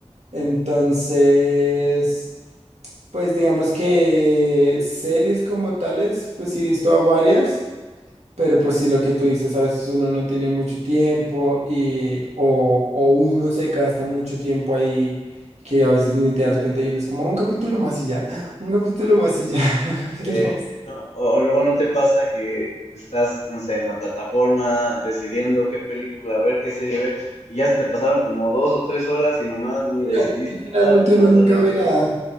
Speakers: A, on the right; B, on the left.
A: Entonces... Pues digamos que series como tales, pues sí he visto a varias, pero pues sí lo que tú dices, a veces uno no tiene mucho tiempo y o, o uno se gasta mucho tiempo ahí que a veces ni te das cuenta y uno es como un capítulo más y ya, <laughs> un capítulo más y ya, <laughs> un capítulo
B: Eh,
A: más.
B: no, o luego no te pasa que estás, no sé, en la plataforma decidiendo qué película ver, qué serie ver, y ya se te pasaron como dos o tres horas y nomás ni
A: Final-
B: decidiste
A: Finalmente
B: nada por
A: uno
B: andar
A: nunca
B: de
A: ve
B: que,
A: nada.